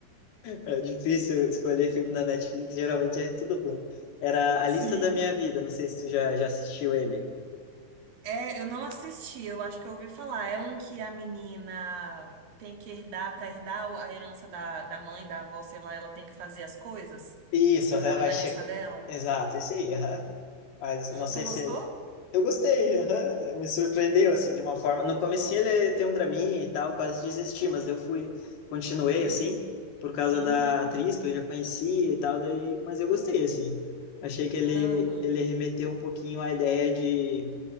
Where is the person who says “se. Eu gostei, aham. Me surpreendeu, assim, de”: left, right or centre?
Left